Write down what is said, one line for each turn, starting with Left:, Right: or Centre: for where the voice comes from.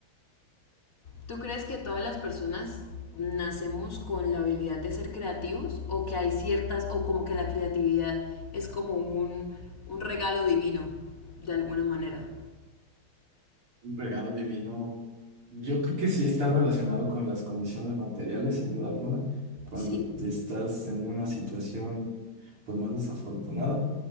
Left: ¿Tú crees que todas las personas nacemos con la habilidad de ser creativos o que hay ciertas, o como que la creatividad es como un, un regalo divino, de alguna manera?
Right: Un regalo divino, yo creo que sí está relacionado con las condiciones materiales, sin duda alguna. Cuando
Left: Sí,
Right: estás en una situación pues, más desafortunada,